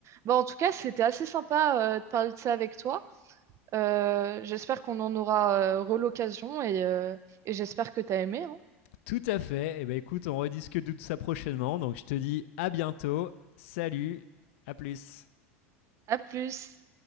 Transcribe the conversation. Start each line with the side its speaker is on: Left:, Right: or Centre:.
Right: Bon, en tout cas, c'était assez sympa euh, de parler de ça avec toi. Euh, j'espère qu'on en aura euh, re l'occasion et, euh, et j'espère que t'as aimé, hein.
Left: Tout à fait. Eh ben écoute, on rediscute de tout ça prochainement. Donc je te dis à bientôt. Salut, à plus.
Right: À plus.